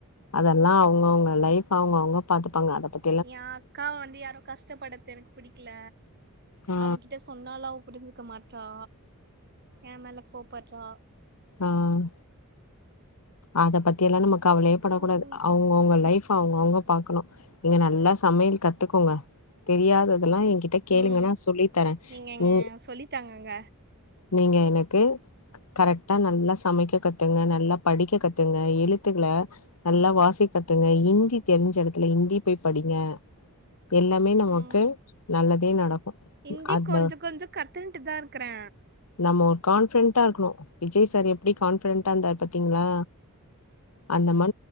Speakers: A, on the left; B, on the right.
A: அதெல்லா அவுங்கவுங்க லைஃப் அவுங்கவுங்க பாத்துப்பாங்க அத பத்
B: எ அக்காவ வந்து யாரு கஷ்டப்படுத்றது எனக்கு பிடிக்கல
A: ஆ
B: அவக்கிட்ட சொன்னாலு அவப் புரிஞ்சிக்க மாட்றா எ மேல கோவப்பட்றா
A: ம் அத பத்தி எல்லா நம்ம கவலேயே படக்கூடாது
B: ம்
A: அவுங்க அவுங்க லைஃப் அவுங்க அவுங்க பாக்கணு நீங்க நல்லா சமையல் கத்துக்கோங்க தெரியாததெல்லா என்கிட்டக் கேளுங்க
B: ம்
A: நா சொல்லி தரே
B: நீங்க இங்க
A: உ
B: சொல்லித்தாங்கங்க
A: நீங்க எனக்கு கரெக்டா நல்லா சமைக்க கத்துங்க நல்லாப் படிக்க கத்துங்க எழுத்துக்கள நல்லா வாசிக்கத்துங்க இந்தி தெரிஞ்ச எடத்துல இந்தி போய் படிங்க எல்லாமே நமக்கு
B: ம்
A: நல்லதே நடக்கு
B: ஹிந்தி
A: அந்த
B: கொஞ்சோ கொஞ்சோ கத்துன்ட்டு தா இருக்கறே
A: நம்ம ஒரு கான்ஃபிடென்ட்டா இருக்கணு விஜய் சார் எப்டி கான்ஃபிடென்ட்டா இருந்தார் பாத் திங்ளா அந்த மா